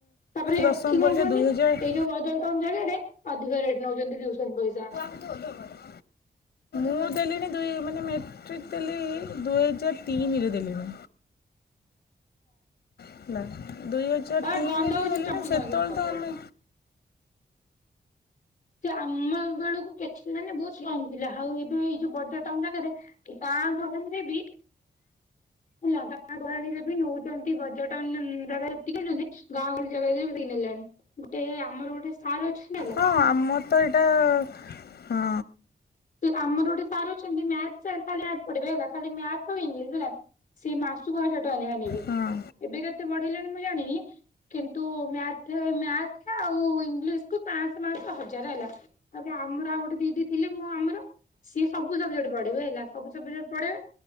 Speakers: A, on the left (about 50°); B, on the left (about 85°).
A: ତାପରେ ଏଠି
B: ଦଶମ
A: କଣ
B: ପରୀକ୍ଷା
A: କୁହନି,
B: ଦୁଇହଜାର
A: ଏଇ ଯୋଉ ବଜେଟ କମ ଜାଗାରେ ଅଧିକ ରେଟ୍ ନଉଛନ୍ତି ଟିଉସନ ପଇସା।
B: <unintelligible> ମୁଁ ଦେଲିଣି ଦୁଇ ମାନେ ମେଟ୍ରିକ୍ ଦେଲି ଦୁଇହଜାର ତିନିରେ ଦେଲିଣି। ହେଲା ଦୁଇ ହଜାର
A: ହଁ
B: ତିନିରୁ
A: ଗନ୍ଧଉଛି
B: ଦେଲିଣି
A: ଚମ୍ପି
B: ସେତେବେଳେ
A: <unintelligible>
B: ତ ଆମେ
A: ସେ ଆମ ବେଳକୁ କିଛି ମାନେ ବହୁତ କମ ଥିଲା ଆଉ ଏବେ ଏଇ ଯୋଉ ବଟ୍ ଟ ଟାଉନ୍ ଜାଗାରେ ପାଆଁଶ ହେଲେ ବି ଲଗା ଗହଣୀରେ ବି ନଉଛନ୍ତି ବଜେଟ ଟନ ଜାଗାରେ ଯେତିକି ନେଉଛନ୍ତି ଗାଁ ଗହଳି ଜାଗାରେ ବି ସେତିକି ନେଲାଣି। ଗୋଟେ ଆମର ଗୋଟେ ସାର୍ ଅଛନ୍ତି ନା
B: ହଁ ଆମର ତ ଏଇଟା ହଁ।
A: ଆମର ଗୋଟେ ସାର୍ ଅଛନ୍ତି, ମ୍ୟାଥ ସାର ଖାଲି ମ୍ୟାଥ ପଢ଼େଇବେ ହେଲା, ଖାଲି ମ୍ୟାଥ ଆଉ ଇଂଲିଶ ହେଲା ସିଏ ମାସୁକୁ ହଜାର ଟଙ୍କା ନେଖା ନେବେ।
B: ହଁ
A: ଏବେ କେତେ ବଢେଇଲେଣି ମୁଁ ଜାଣିନି କିନ୍ତୁ ମ୍ୟାଥ ମ୍ୟାଥ ଆଉ ଇଂଲିଶକୁ ପାଆଁଶ ପାଆଁଶ ହଜାରେ ହେଲା। ତାପରେ ଆମର ଆଉ ଗୋଟେ ଦିଦି ଥିଲେ ମ ଆମର ସିଏ ସବୁ ସବଜେକ୍ଟ ପଢ଼େଇବେ ହେଲା, ସବୁ ସବଜେକ୍ଟ ପଢେଇବେ